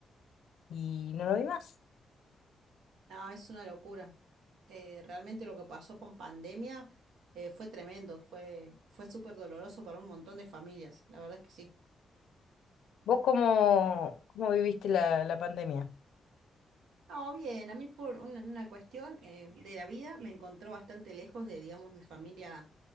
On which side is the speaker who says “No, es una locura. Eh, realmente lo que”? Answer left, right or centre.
Right